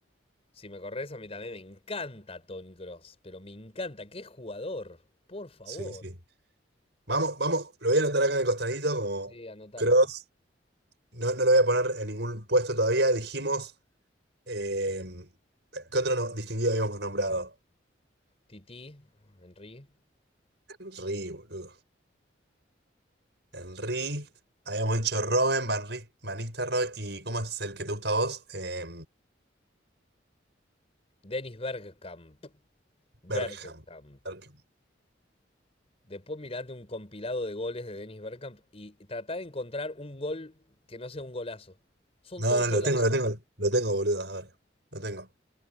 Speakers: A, on the left; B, on the right.
A: Si me corres, a mí también me encanta Tony Cross, pero me encanta. ¡Qué jugador! Por favor.
B: Sí, sí. Vamos, vamos, lo voy a anotar acá en el costadito como
A: Sí, anótalo.
B: cross. No, no lo voy a poner en ningún puesto todavía. Dijimos, eh, ¿qué otro no- distinguido habíamos nombrado?
A: Titi, Henry.
B: Henry, boludo. Henry, habíamos dicho Robben, Van, Ri- Van Nistelrooy y ¿cómo es el que te gusta a vos? Eh,
A: Dennis Bergkamp. Bergkamp.
B: Bergkamp. Bergkamp.
A: Después mirate un compilado de goles de Dennis Bergkamp y tratá de encontrar un gol que no sea un golazo. Son
B: No,
A: todos
B: no, lo
A: golazos.
B: tengo, lo tengo, lo tengo, boludo. A ver, lo tengo.